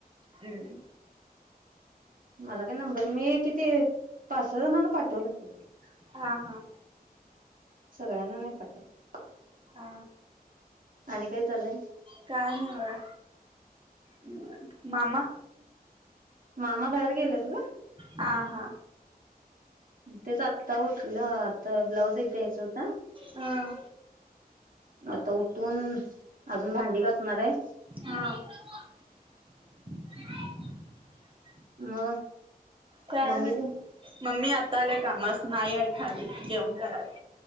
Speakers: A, on the right; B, on the right.
A: हम्
B: मला काय नंबर मी ते पाच सहा जणांना पाठवल्यात काय
A: हा हा
B: सगळ्यांना नाही पाठवत
A: हा
B: आणि काय चाललंय
A: काय नाही बघा निवांत मामा
B: मामा बाहेर गेल्यात ग
A: हा हा
B: तेच आता उठल्यात ब्लाउज एक द्यायचा होता
A: अ
B: आता उ पण अजून भांडी घासणारय
A: हा <unintelligible>
B: म
A: काय
B: मम्मी
A: नाही
B: तेन
A: मम्मी आता आल्या कामासन नाई आई खाली जेवण करायल्या